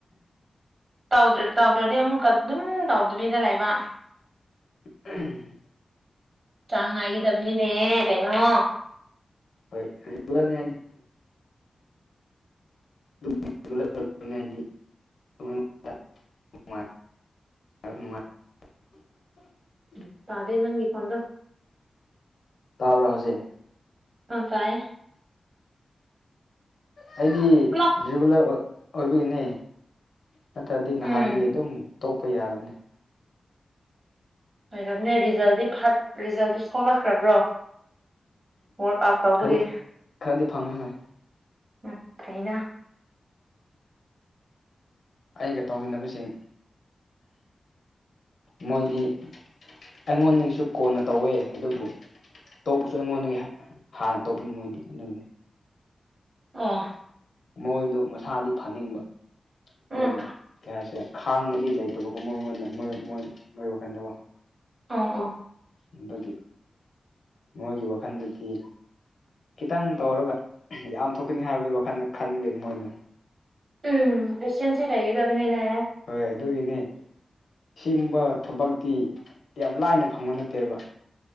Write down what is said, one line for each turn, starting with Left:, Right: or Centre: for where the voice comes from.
Right: ꯇꯧꯗꯔ ꯇꯧꯗ꯭ꯔꯗꯤ ꯑꯃꯨꯛꯀ ꯑꯗꯨꯝ ꯇꯧꯗꯕꯤꯗ ꯂꯩꯕ
Left: ꯎꯝ
Right: ꯆꯥꯡ ꯅꯥꯏꯒꯥꯗꯕꯅꯤꯅꯦ ꯍꯦ ꯀꯩꯅꯣ
Left: ꯍꯣꯏ <unintelligible> <unintelligible> ꯅꯨꯡꯉꯥꯏ ꯅꯨꯡꯉꯥꯏ
Right: ꯎ ꯇꯗꯦ ꯅꯪꯒꯤ ꯐꯣꯟ ꯗꯣ
Left: ꯇꯥꯕ꯭ꯔꯥ ꯍꯧꯖꯤꯛ
Right: ꯑꯥ ꯇꯥꯏꯌꯦ
Left: ꯑꯩꯗꯤ
Right: ꯄꯨꯂꯞ
Left: ꯔꯤꯒꯨꯂꯔ ꯑꯣꯏ ꯑꯣꯏꯕꯒꯤꯅꯦ ꯅꯠꯇ꯭ꯔꯗꯤ ꯅꯍꯥꯟꯗꯒꯤ
Right: ꯎꯝ
Left: ꯑꯗꯨꯝ ꯇꯣꯛꯄ ꯌꯥꯔꯕꯅꯦ
Right: ꯑꯣꯏꯔꯝꯅꯦ ꯔꯤꯖꯜꯗꯤ ꯐꯠ ꯔꯤꯖꯜꯗꯤ ꯊꯣꯛꯂꯛꯈ꯭ꯔꯕ꯭ꯔꯣ ꯋꯥꯔꯛ ꯑꯥꯎꯠ ꯇꯧꯕꯒꯤ
Left: ꯈꯔꯗꯤ ꯈꯔꯗꯤ ꯐꯪꯉꯦ ꯉꯣ
Right: ꯎꯝ ꯐꯩꯅ
Left: ꯑꯩꯒ ꯇꯧꯃꯤꯟꯅꯕꯁꯤꯡ ꯃꯣꯏꯗꯤ ꯑꯩꯉꯣꯟꯗꯒꯤꯁꯨ ꯀꯣꯟꯅ ꯇꯧꯋꯦ ꯑꯗꯨꯕꯨ ꯇꯣꯛꯄꯁꯨ ꯑꯩꯉꯣꯟꯗꯒꯤ ꯍꯥꯟꯅ ꯇꯣꯛꯄꯅꯤ ꯃꯣꯏꯗꯤ ꯑꯗꯨꯒꯤ
Right: ꯑꯣ
Left: ꯃꯣꯏꯗꯣ ꯃꯁꯥꯗꯤ ꯐꯅꯤꯡꯕ ꯑꯗꯨꯕꯨ
Right: ꯎꯝ
Left: ꯀꯩ ꯍꯥꯏꯁꯦ ꯈꯥꯡꯕꯗꯤ ꯂꯩꯇꯕꯀꯣ ꯃꯣꯏꯉꯣꯟꯗ ꯃꯣꯏ ꯃꯣꯏ ꯃꯣꯏ ꯃꯣꯏ ꯋꯥꯈꯟꯗꯀꯣ
Right: ꯑꯣ ꯑꯣ
Left: ꯑꯗꯨꯒꯤ ꯃꯣꯏꯒꯤ ꯋꯥꯈꯜꯗꯗꯤ ꯈꯤꯇꯪ ꯇꯧꯔꯒ ꯌꯥꯝ ꯊꯣꯛꯀꯅꯤ ꯍꯥꯏꯕꯒꯤ ꯋꯥꯈꯜꯗ ꯈꯟꯕꯒꯤ ꯃꯣꯏꯅ
Right: ꯎꯝ ꯄꯦꯁꯤꯌꯦꯟꯁ ꯇꯤ ꯂꯩꯒꯗꯕꯅꯤꯗ
Left: ꯍꯣꯏ ꯑꯗꯨꯒꯤꯅꯦ ꯁꯤꯒꯨꯝꯕ ꯊꯕꯛꯇꯤ ꯌꯥꯝ ꯂꯥꯏꯅ ꯐꯪꯕ ꯅꯠꯇꯦꯕ